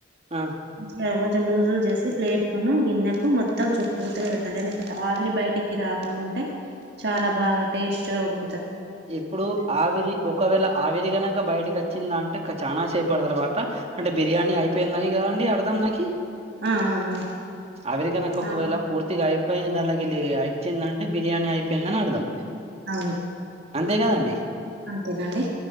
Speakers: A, on the right (about 35°); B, on the right (about 60°).
A: ఆ
B: కొంచెం ఇగ కొంచం లూజ్ లూజ్ చేసి ప్లేట్ గిన్నెకు మొత్తం చుట్టూతో పెట్టాలి ఎందుకంటే ఆవిరి బయటికి రాకుండా ఉంటే చాలా బాగా టేస్ట్ గా ఉడు
A: ఇప్పుడు ఆవిరి ఒకవేళ ఆవిరి కనక బయటకి వచ్చిందా అంటే క చానా చేపటి తర్వాత అంటే బిర్యానీ అయిపోయిందని కదండి అర్థం దానికి
B: ఆ ఆ ఆ
A: అవిరికనకు ఒక
B: అవును
A: ఒకవేళ పూర్తిగా యి పోయి దాంట్ల కిల్లి ఇగ ఇచ్చిదంటే బిర్యానీ అయిపోయిందని అర్థం
B: అవును.
A: అంతేకాదండి
B: అంతేనండి